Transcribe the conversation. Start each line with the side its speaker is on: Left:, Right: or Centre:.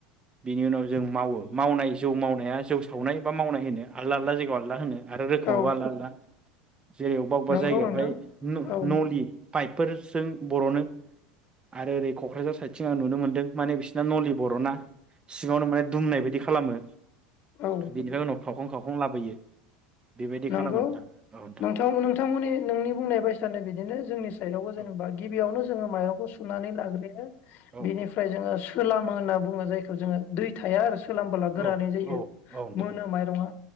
Right: बिनि उनाव जों मावो मावनाय जौ मावनाया जौ सावनाय बा मावनाय होनो आलदा आलदा जायगायाव आलदा होनो। आरो रोखोमावो
Left: औ
Right: आलदा आलदा जेरै बबेबा अबेबा
Left: नंगौ
Right: जायगायावहाय
Left: नोंथां औ
Right: नलि पाइपफोरजों बरनो आरो ओरै कक्राझार साइद थिंआव नुनो मोन्दों माने बिसिरना नलि बरना। सिङावनो माने दुमनाय बायदि खालामो।
Left: औ
Right: बेनिफ्राय उनाव खावखं खावखं लाबोयो। बेबायदि
Left: नंगौ
Right: खालामो नोंथां
Left: नोंथांमोननि नोंनि बुंनाय बायसानो बिदिनो जोंनि साइदबो जेनेबा
Right: औ
Left: गिबियावनो जोङो माइरंखौ सुनानै लाग्रोयो। बेनिफ्राय
Right: नोंथां
Left: जोङो सो कोलामो होनना बुङो जायखौ जोङो दै थाया आरो फोलानबोलागोरानै
Right: औ
Left: जायो
Right: औ औ नोंथां
Left: मोनो
Right: औ
Left: माइरङा